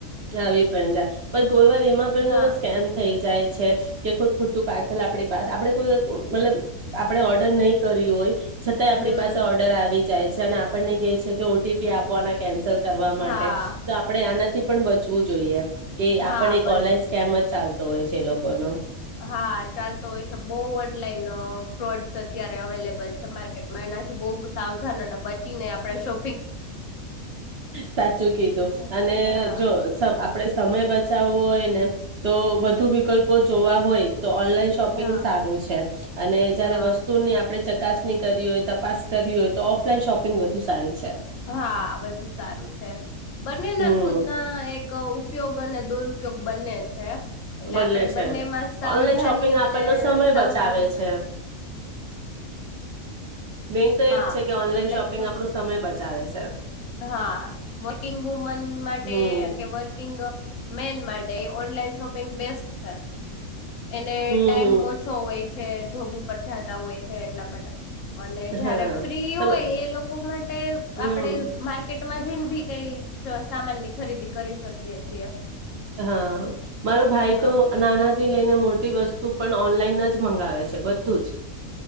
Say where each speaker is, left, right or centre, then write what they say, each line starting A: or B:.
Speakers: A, on the right; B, on the left.
A: આવી પણ જાય પણ ગોરવાર એમાં પણ
B: હા
A: જો સ્કેમ થઈ જાય છે કે કો ખોટું પાર્સલ આપણી પાસે આપે કોઈ મતલબ આપણે ઓર્ડર નહી કર્યું હોય છતાંય
B: હમ
A: આપણી પાસે ઓર્ડર આવી જાય છે અને આપણને ક છે કે ઓટીપી આપવાના કેન્સલ કરવા માટે
B: હા
A: તો આપણેે આનાથી પણ શું જોઈએ કે
B: હા
A: આપણે એક
B: બસ
A: ઓનલાઈન સ્કેમ જ ચાલતો હોય છે તે લોકો નો
B: હા ચાલતો હોય છે બહુ ઓનલાઈન ફ્રોડ્સ અત્યારે અવેલેબલ છે મારકેટ એનાથી બહુ સાવધાન અને બચીને આપણે શો
A: સાચું કીધું
B: હા
A: અને
B: હા
A: જો સબ આપણે સમય બચાવવો હોય ને તો વધુ વિકલ્પ જોવા હોય તો ઓનલાઈન શોપિંગ
B: હા
A: સારું છે અને જયારે
B: હા
A: વસ્તુની આપણે ચક ચકાસની કરી હોય તપાસ કરી હોય તો ઓફલાઈન શોપિંગ વધુ સારી છે
B: હા વધુ સારું છે બંને
A: હમ
B: ના ખુદના એક ઉપયોગ અને દુરુપયોગ બંને છે એટલે
A: બદને
B: આપડે
A: છે
B: બંનેમાં સાવધાની
A: ઓનલાઈન શોપિંગ આપણનો
B: અને
A: સમય
B: સાવચેતી
A: બચાવે
B: થા
A: છે મેઈન તો એજ
B: હા
A: છે કે ઓનલાઈન શોપિંગ
B: શોપ
A: આપણો સમય બચાવે મચાવે છે
B: હા વર્કિંગ વુમન માટે
A: હમ
B: કે વર્કિંગ અ મેન માટે ઓનલાઈન શોપિંગ બેસ્ટ છે એને
A: હમ
B: ટાઈમ
A: હમ
B: ઓછો હો હોય છે જોબુ પર જતા હોય છે એટલા માટે અને જયારે
A: હા
B: ફ્રી
A: તમે
B: હોય એ લોકો માટે
A: હમ
B: આપડે માર્કેટમાં જઈને ભી કઈ સામાનની ખરીદી કરી શકીય છીએ
A: હા મારો ભાઈ
B: હા
A: તો નાના થી લઈને મોટી વસ્તુ પણ ઓનલાઈન જ મંગાવે છે તો જ